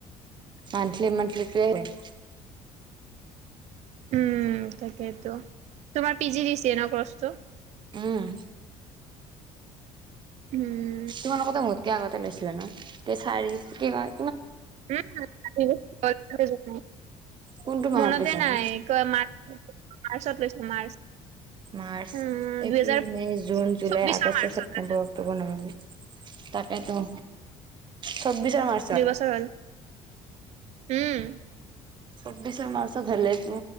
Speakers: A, on the right (about 40°); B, on the right (about 60°).
A: মান্থিলি মান্থিলি টোৱে
B: উম তাকেইতো তোমাৰ পি জি ডি চিয়ে ন কৰ্চটো
A: উম।
B: উম
A: তোমাৰ লগতে ভৰ্তি আগতে লৈছিলে ন' তৌ চাৰি কি কয়
B: <unintelligible>
A: কোনটো মাহত
B: মনতে
A: লৈছানো?
B: নাই কয় -মাৰ্চ মাৰ্চত লৈছো মাৰ্চ
A: মাৰ্চ,
B: উম দুহেজাৰ
A: এপ্ৰিল, মে, ' জুন, জুলাই,
B: চৌবিশৰ
A: আগষ্ট,
B: মাৰ্চত
A: ছেপ্তেম্বৰ।
B: লৈছো
A: অক্টোবৰ নবেম্বৰ-তাকেতো চব বিচাৰ ম
B: দুই বছৰ হল উম।
A: চৌব্বিশৰ মাৰ্চত হলে তো